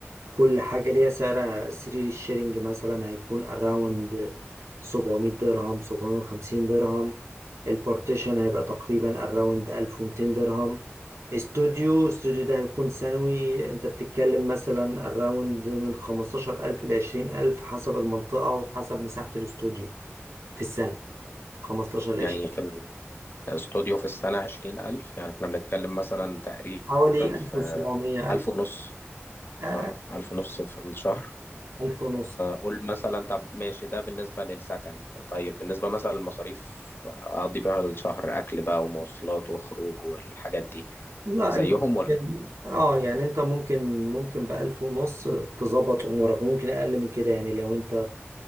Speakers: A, on the right (about 85°); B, on the left (about 50°).
A: كل حاجة ليها سعرها سرير الشيرنج مثلا هيكون اراوند 700 درهم 750 درهم البارتيشن هيبقى تقريبا اراوند 1200 درهم استوديو استوديو ده هيكون سنوي انت بتتكلم مثلا اراوند من 15000 ل 20000 حسب المنطقة وحسب مساحة الاستوديو في السنة 15 ل
B: يعني
A: 20
B: في الاستوديو في السنة عشرين ألف يعني إحنا بنتكلم مثلا تقريبا
A: حوالي
B: في
A: 1700
B: ألف
A: 1000
B: ونص
A: آه،
B: اه ألف ونص في الشهر
A: 1000 ونص
B: قول مثلا طب ماشي ده بالنسبة للسكن طيب بالنسبة مثلا للمصاريف أقضي بيها الشهر أكل بقى ومواصلات وخروج والحاجات دي
A: لا
B: زيهم
A: انت ممكن
B: ولا
A: اه يعني انت ممكن ممكن ب 1000 ونص تظبط امورك وممكن اقل من كده يعني لو انت